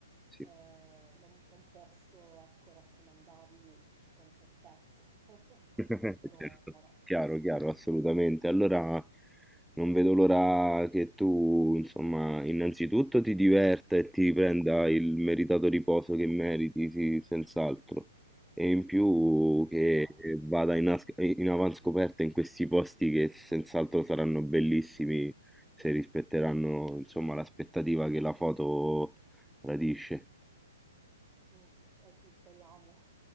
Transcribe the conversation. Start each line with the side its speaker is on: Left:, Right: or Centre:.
Centre: Sì.
Right: eh, non, non posso, ecco, raccomandarli con certezza <laughs>
Centre: <laughs>
Right: per
Centre: Certo,
Right: ora.
Centre: chiaro, chiaro, assolutamente. Allora non vedo l'ora che tu, insomma, innanzitutto ti diverta e ti prenda il meritato riposo che meriti, sì, senz'altro. E in più che
Right: Grazie.
Centre: vada in, as- in avanscoperta in questi posti che senz'altro saranno bellissimi se rispetteranno, insomma, l'aspettativa che la foto tradisce.
Right: Mm, eh sì, speriamo,